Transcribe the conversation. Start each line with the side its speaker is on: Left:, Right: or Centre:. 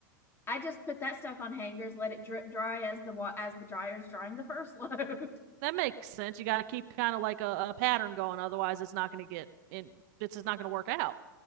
Left: I just put that stuff on hangers, let it drip dry as the as the dryer's drying the first <laughs> load.
Right: that makes sense. You got to keep kind of like a, a pattern going. Otherwise, it's not going to get in. It's just not going to work out.